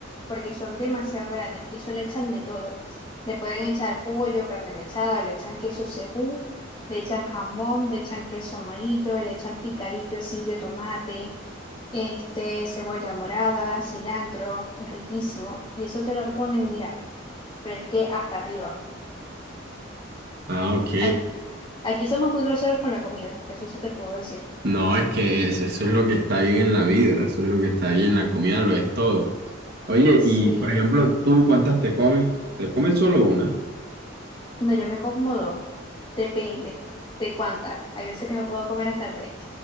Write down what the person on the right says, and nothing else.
Ah, ok.
No, es que es- eso es lo que está bien en la vida, eso es lo que está bien, la comida lo es todo. Oye,
y por ejemplo, ¿tú cuántas te comes? ¿Te comes solo una?